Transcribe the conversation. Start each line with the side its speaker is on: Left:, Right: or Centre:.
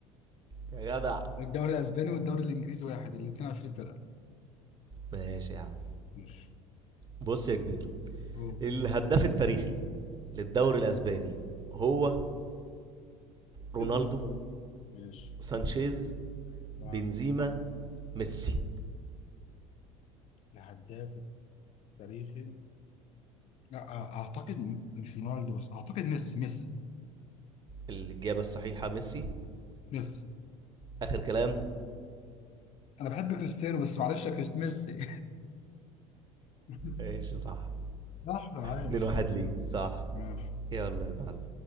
Right: يا جدع
Left: الدوري الاسباني والدوري الانجليزي واحد الاثنين 20 فرقه
Right: ماشي يا عم
Left: ماشي
Right: بص يا كبير
Left: أوه.
Right: الهداف التاريخي للدوري الاسباني هو رونالدو
Left: اديني سؤال. ماشي
Right: سانشيز
Left: تمام
Right: بنزيما ميسي
Left: الهداف التاريخي لا أ- اعتقد م- مش رونالدو بس اعتقد ميسي ميسي
Right: الاجابه الصحيحه ميسي
Left: ميسي
Right: اخر كلام
Left: انا بحب كريستيانو بس معلش يا كريست ميسي <laughs>
Right: ماشي صح
Left: صح عايش
Right: 2 1 ليك صح
Left: ماشي
Right: يلا يا معلم